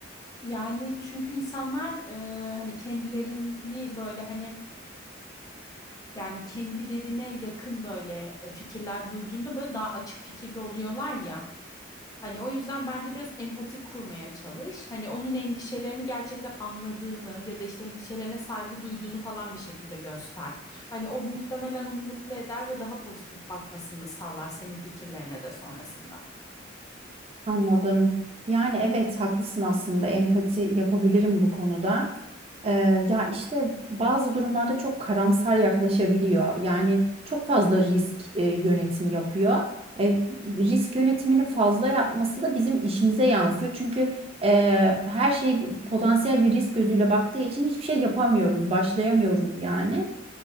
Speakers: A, on the left; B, on the right.
A: Yani çünkü insanlar e, hani kendilerini böyle hani yani kendilerine yakın böyle e, fikirler duyduğunda böyle daha açık fikirli oluyorlar ya. Hani o yüzden bence biraz empati kurmaya çalış. Hani onun endişelerini gerçekten anladığını ya da işte endişelerine saygı duyduğunu falan bir şekilde göster. Hani o muhtemelen onu mutlu eder ve daha pozitif bakmasını sağlar senin fikirlerine de sonrasında.
B: Anladım. Yani evet haklısın aslında empati yapabilirim bu konuda. Ee, ya işte bazı durumlarda çok karamsar yaklaşabiliyor. Yani çok fazla risk e, yönetimi yapıyor. E, risk yönetimini fazla yapması da bizim işimize yansıyor. Çünkü e, her şey potansiyel bir risk gözüyle baktığı için hiçbir şey yapamıyoruz, başlayamıyoruz yani.